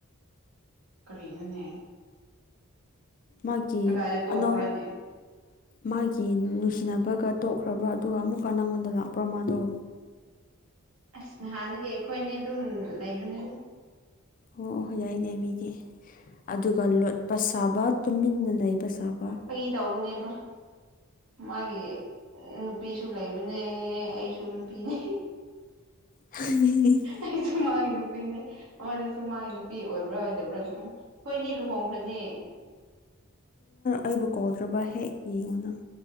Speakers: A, on the right; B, on the left.
A: ꯀꯔꯤꯅꯣꯅꯦ?
B: ꯃꯥꯒꯤ
A: ꯀꯗꯥꯏꯗ ꯇꯣꯛꯄ꯭ꯔꯅꯦ
B: ꯑꯅꯧ ꯃꯥꯒꯤ ꯅꯨꯡꯁꯤꯅꯕꯒ ꯇꯣꯛꯈ꯭ꯔꯕ꯭ꯔꯥ ꯑꯗꯨꯒ ꯑꯃꯨꯛꯀ ꯅꯪꯉꯣꯟꯗ ꯂꯥꯛꯄ꯭ꯔꯥ ꯃꯥꯗꯣ?
A: ꯑꯁ ꯅꯍꯥꯟꯗꯒꯤ ꯑꯩꯈꯣꯏꯅꯤ ꯑꯗꯨꯝ ꯂꯩꯕꯅꯤꯗ
B: ꯑꯣ ꯑꯣ ꯌꯥꯏꯅꯦ ꯃꯤꯗꯤ ꯑꯗꯨꯒ ꯂꯣꯠꯄ ꯁꯥꯕ ꯇꯨꯃꯤꯟꯅ ꯂꯩꯕ ꯁꯥꯕ
A: ꯐꯒꯤ ꯇꯧꯕꯅꯦꯕ ꯃꯥꯒꯤ ꯅꯨꯄꯤꯁꯨ ꯂꯩꯕꯅꯦ ꯑꯩꯁꯨ ꯅꯨꯄꯤꯅꯦ
B: <unintelligible>
A: ꯑꯩꯁꯨ ꯃꯥꯒꯤ ꯅꯨꯄꯤꯅꯦ ꯑꯣ ꯑꯗꯨꯁꯨ ꯃꯥꯒꯤ ꯅꯨꯄꯤ ꯑꯣꯏꯕ꯭ꯔꯥ ꯑꯣꯏꯗꯕ꯭ꯔꯥꯁꯨ ꯈꯪ ꯍꯣꯏꯅꯤ ꯂꯨꯍꯣꯡꯕꯅꯦ
B: ꯑꯩꯕꯨ ꯀꯧꯗ꯭ꯔꯕ ꯍꯦꯛ ꯌꯦꯡꯉꯣ ꯅꯪ